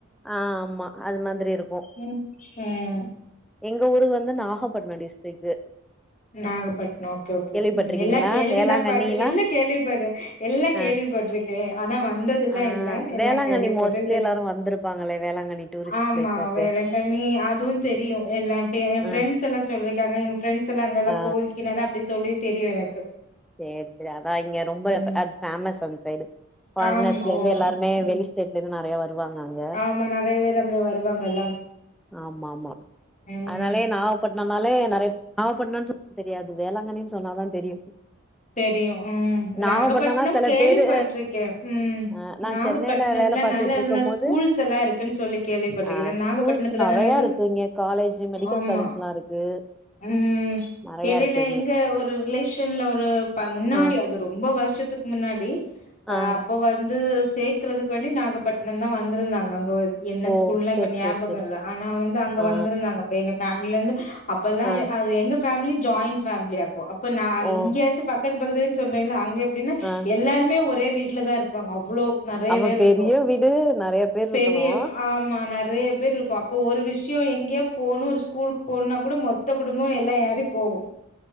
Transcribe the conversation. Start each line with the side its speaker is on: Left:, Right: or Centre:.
Centre: ஆஹ் ஆமா அது மாதிரி இருக்
Left: உம் உம்
Centre: எங்க ஊரு வந்து நாகப்பட்னோ டிஸ்ட்ரிக்கு
Left: நாகப்பட்னோ ஓகே ஓகே
Centre: கேள்விப்பட்டிருக்கீங்களா
Left: ம் எல்லா கேள்விதா
Centre: வேளாங்கண்ணிலா
Left: பட்ரு எல்லா கேள்விப்படுற எல்லா
Centre: ஆ
Left: கேள்விப்பட்ருக்கே ஆனா வந்ததல்லா
Centre: ஆ
Left: இல்ல எல்லா
Centre: வேளாங்கண்ணி
Left: கேள்விப்பட்டு
Centre: மோஸ்ட்லி
Left: து
Centre: எல்லாரும் வந்திருப்பாங்களே வேளாங்கண்ணி டூரிஸ்ட்
Left: ஆமா
Centre: பிளேஸாச்சே
Left: வேளாங்கண்ணி அதுவு தெரியு எல்லா என் ஃப்ரெண்ட்ஸ்
Centre: ஆ
Left: எல்லா சொல்லிருக்காங்க என் ஃப்ரெண்ட்ஸ் த்துல அங்க எல்லா
Centre: ஆ
Left: போ இருக்கீனல்லா அப்டி சொல்லி தெரியல
Centre: சேரி சேரி அதா இங்க ரொம்ப
Left: ம்
Centre: அது ஃபேமஸ் அந்த சைடு ஃபாரினர்ஸ்லந்து
Left: ஆமா
Centre: எல்லாருமே
Left: ஓ
Centre: வெளி ஸ்டேட்ல இருந்து நெறைய வ ருவாங்க அங்க
Left: ஆமா நெறைய பேர் அங்க வருவாங்கல்ல
Centre: ஆமா ஆமா
Left: ம்
Centre: அதனாலயே நாகப்பட் னோனாலே நெறைய நாகப்பட்னோன்னு சொ தெரியாது வேளாங்கண்ணின்னு சொன்னாதா தெரியு
Left: தெரியு ம்
Centre: நாகப்பட்டினம்னா
Left: நாகப்பட்னம்
Centre: சில
Left: கேள்விப்பட்டிருக்கே
Centre: பேரு
Left: உம்
Centre: அ நா
Left: நாகப்பட்னத்துல
Centre: சென்னையில வேல பாத்துட்டு
Left: நல்ல
Centre: இருக்கும்
Left: நல்ல
Centre: போது
Left: ஸ்கூல்ஸ் எல்லா இருக்குன்னு சொல்லி கேள்விப்பட்டிருக்கே
Centre: ஆ
Left: நாகப்பட்னத்துலதான
Centre: ஸ்கூல்ஸ் நெறையா
Left: அது
Centre: இருக்கு இங்க காலேஜ் மெடிக்கல்
Left: ஆமா
Centre: காலேஜ்லா இருக்கு
Left: உம்
Centre: நெறையா
Left: எடையில
Centre: இருக்கு
Left: இங்க ஒரு ரிலேஷ ன்ல ஒரு இப்ப முன்னாடி
Centre: ஆ
Left: அது ரொம்ப வருஷத்துக்கு முன்னாடி அஹ்
Centre: ஆ
Left: அப்போ வந்து சேக்கறதுக்கு வேண்டி நாகப்பட்னோந்தா வந்திருந்தாங்க அங்க என்ன
Centre: ஓ
Left: ஸ்கூல்னல்லா
Centre: சேரி
Left: இப்ப ஞாபகோ
Centre: சேரி சேரி
Left: இல்ல ஆனா வந்து அங்க
Centre: ஆ
Left: வந்திருந்தாங்க அப்ப எங்க ஃபேமில இருந்து அப்பல்லா
Centre: ஆ
Left: அது எங்க ஃபேமிலி ஜாயிண்ட் ஃபேமிலியாக்கு அப் ப நா
Centre: ஓ
Left: இங்கயாச்சு பக்கத்து பக்கத்துலன்னு சொன்னேல்ல அங்க எ ப்டினா
Centre: ஆ
Left: எல்லாருமே ஒரே வீட்லதா இருப் பாங்க அவ்ளோ நெறைய
Centre: அப்ப
Left: பேர்
Centre: பெரிய
Left: இருப்போ
Centre: வீடு நெறைய பேர் இருக்கணு
Left: பெரிய
Centre: ஆ
Left: ஆமா நெறைய பேர் இருப்போ அப்போ ஒரு விஷ யோ எங்கியோ போகணு ஒரு ஸ்கூலுக்கு போகணுன்னா கூட மொத்த குடும்பமு எல்லா ஏறி போகு